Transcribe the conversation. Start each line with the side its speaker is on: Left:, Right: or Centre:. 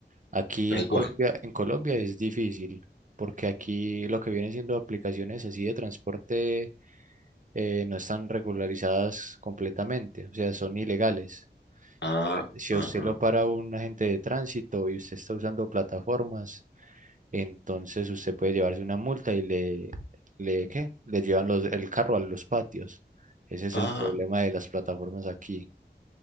Right: Aquí
Left: Tal
Right: en Colombia,
Left: cual.
Right: en Colombia es difícil, porque aquí lo que viene siendo aplicaciones así de transporte eh, no están regularizadas completamente, o sea, son ilegales.
Left: Ah,
Right: Si
Left: ah,
Right: a usted
Left: ah,
Right: lo para un agente de tránsito y usted está usando plataformas, entonces usted puede llevarse una multa y le, le, ¿qué? Le llevan los- el carro a los patios. Ese es
Left: ah.
Right: el problema de las plataformas aquí.